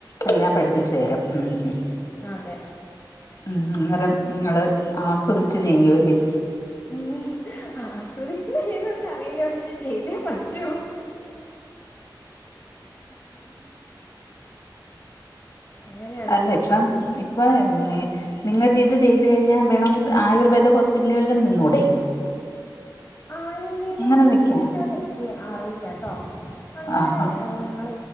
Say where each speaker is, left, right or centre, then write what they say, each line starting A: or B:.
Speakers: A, on the left; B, on the left.
A: എല്ലാം പഠിപ്പിച്ചു തരും ഉംഹ്
B: ആഹ് അതെ.
A: ഉം അന്നേരം നിങ്ങള് ആസ്വദിച്ച് ചെയ്യു അല്ലേ.
B: ഉം ആസ്വദിക്കുമോ ഇല്ലേന്നൊന്നും അറിയില്ല പക്ഷെ ചെയ്തേ പറ്റൂ. അങ്ങനെയാണ്
A: അല്ല ഇപ്പം ഇപ്പ മ് നിങ്ങക്ക് ഇത് ചെയ്ത് കഴിഞ്ഞാ വേണമെങ്കി ആയുർവേദ ഹോസ്പിറ്റലുകളിലും നിന്നൂടെ?
B: ആയുർവേദ
A: അങ്ങനെ
B: ഹോസ്പിറ്റൽല്
A: നിക്കാം
B: അതെനിക്ക് അറിയില്ലട്ടോ. അങ്ങനെ
A: ആ ഹാ
B: ഞങ്ങൾ